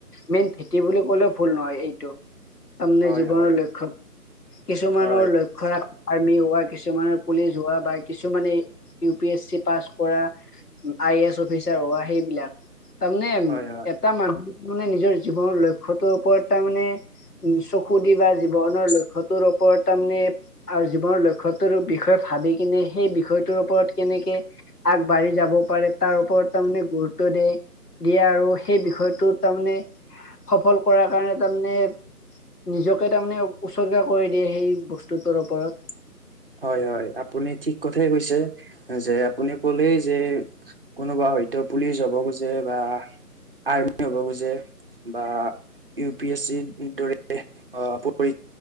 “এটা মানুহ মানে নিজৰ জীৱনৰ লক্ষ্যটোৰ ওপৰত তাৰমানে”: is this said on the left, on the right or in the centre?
Left